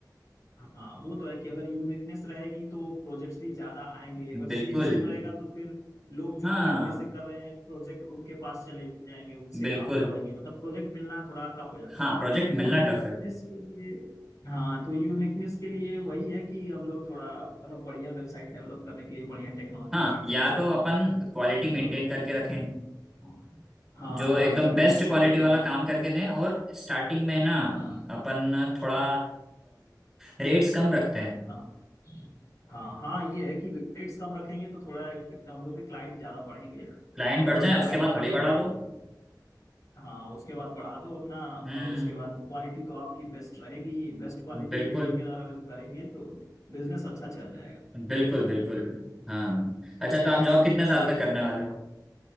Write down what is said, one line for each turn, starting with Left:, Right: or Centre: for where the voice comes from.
Left: हाँ वो तो है कि अगर यूनिकनेस रहेगी तो प्रोजेक्ट्स भी ज्यादा आएंगे अगर
Centre: बिल्कुल
Left: सेम सेम रहेगा तो फिर लोग जो
Centre: हाँ
Left: पहले से कर रहे हैं प्रोजेक्ट उनके पास चले जाएंगे उनसे
Centre: बिल्कुल
Left: काम करवाएंगे मतलब प्रोजेक्ट मिलना थोड़ा टफ हो जाता
Centre: हाँ
Left: है
Centre: प्रोजेक्ट मिलना
Left: तो यूनिकनेस
Centre: टफ है
Left: के लिए हाँ तो यूनिकनेस के लिए वही है कि हम लोग थोड़ा मतलब बढ़िया वेबसाइट डेवलप करने के लिए बढ़िया टेक्नोलॉजीज
Centre: हाँ
Left: यूज
Centre: या
Left: कर सकते
Centre: तो अपन
Left: हैं
Centre: क्वालिटी
Left: मतलब
Centre: मेंटेन करके
Left: <clears throat>
Centre: रखें
Left: हाँ
Centre: जो
Left: क्वालिटी
Centre: एकदम
Left: मेंटेन
Centre: बेस्ट क्वालिटी
Left: करके
Centre: वाला काम
Left: रखें
Centre: करके दें और स्टार्टिंग में ना
Left: हाँ
Centre: अपन थोड़ा रेट्स कम रखते हैं
Left: हाँ। हाँ हाँ ये है कि रेट्स कम रखेंगे तो थोड़ा हम लोग के क्लाइंट ज्यादा बढ़ेंगे
Centre: क्लाइंट
Left: और
Centre: बढ़ जाए उसके
Left: क्लाइंट
Centre: बाद
Left: बढ़ेंगे
Centre: भले ही बढ़ा दो
Left: तो- हाँ उसके बाद बढ़ा दो अपना और
Centre: हम्म
Left: उसके बाद क्वालिटी तो आपकी बेस्ट रहेगी बेस्ट क्वालिटी
Centre: बिल्कुल
Left: देने का अगर करेंगे तो बिजनेस अच्छा चल जाएगा
Centre: बिल्कुल
Left: ये तो है
Centre: बिल्कुल हाँ अच्छा तो
Left: हाँ
Centre: आप जॉब
Left: तो
Centre: कितने साल
Left: यही
Centre: तक करने वाले हो